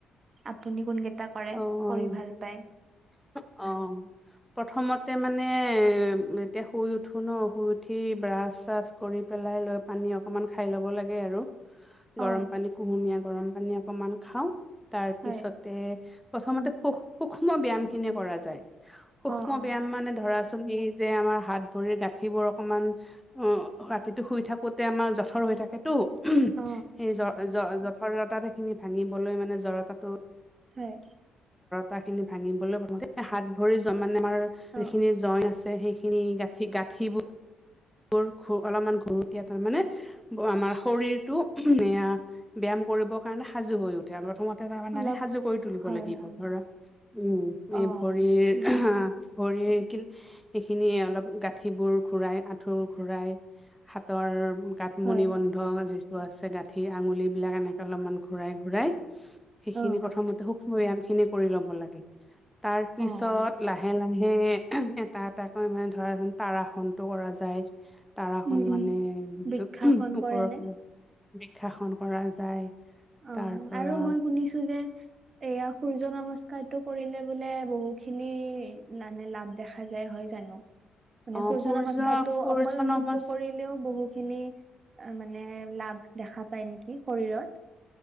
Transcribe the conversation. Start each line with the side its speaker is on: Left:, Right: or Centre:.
Right: আপুনি কোন কেই কৰে।
Centre: অ',
Right: কৰি ভাল পায়।
Centre: অ', প্ৰথমতে মানে উ' এতিয়া শুই উঠো ন' শুই উঠি ব্ৰাছ-চাছ কৰি পেলাই লৈ পানী অকমান খাই ল'ব লাগে আৰু গৰম
Right: অ
Centre: পানী কুহুমীয়া গৰম পানী অকমান খাওঁ তাৰ পিছতে
Right: হয়
Centre: প্ৰথমতে সুখ সূক্ষ্ম ব্যাম খিনিয়ে কৰা যায় সূক্ষ্ম
Right: অ
Centre: ব্যাম
Right: অ
Centre: মানে ধৰাচো হেই যে আমাৰ হাত ভৰি গাঁঠিবোৰ অকমান অ ৰাতিটো শুই থাকোতে আমাৰ জঠৰ হৈ থাকেটো সেই
Right: অ
Centre: জ জ জঠৰতাখিনি ভাঙিবলৈ মানে জৰতাটো
Right: হয়।
Centre: তা খিনি ভাঙিবলৈ প্ৰথমতে হাত ভৰি য মানে আমাৰ
Right: অ
Centre: যিখিনি
Right: অ
Centre: জইন আছে সেইখ খিনি গাঁঠি গাঁঠিবো বোৰ খু অলপমান ঘুৰতীয়া তাৰমানে আমাৰ শৰীৰটো এয়া বেয়াম কৰিব কাৰণে সাজু হৈ উঠে আমৰ থমত <unintelligible>
Right: অলপ
Centre: নামি সাজু কৰি তুলিব
Right: হয়
Centre: লাগিব
Right: হয়
Centre: ধৰক উম
Right: অ
Centre: এই ভৰিৰ
Right: উম
Centre: আ
Right: উম
Centre: ভৰিৰ কিল সেইখিনিয়ে অলপ গাঁঠিবোৰ ঘূৰাই আঁঠু ঘূৰাই হাতৰ কাঠমণি
Right: হয়
Centre: বন্ধ যিটো আছে গাঁঠি আঙুলবিলাক এনেকে অলপমান ঘূৰাই ঘূৰাই সেইখিনি
Right: অ
Centre: প্ৰথমতে সূক্ষ্ম য়ানখিনি কৰি ল'ব লাগে। তাৰ পিছত
Right: অ অ
Centre: লাহে লাহে এটা এটাকৈ মানে ধৰা ধোন তাৰাসনটো কৰা য যাই তাৰাসন
Right: উম উম
Centre: মানে
Right: বৃক্ষাসন
Centre: তোক
Right: কৰে
Centre: ওপৰৰ
Right: নে
Centre: ফালে বিক্ষাসন কৰা যায়।
Right: অ
Centre: তাৰ পৰা
Right: আৰু মই শুনিছো যে এইয়া সূৰ্য নমস্কাৰটো কৰিলে বোলে বহু খিনি <unintelligible> খা যায় হয় জানো। মানে
Centre: অ
Right: সূৰ্য নমস্কাৰটো
Centre: সূৰ্য
Right: অকল
Centre: নমস
Right: সিটো কৰিলেও বহুখিনি মানে লাভ দেখা পাই নেকি শৰীৰত।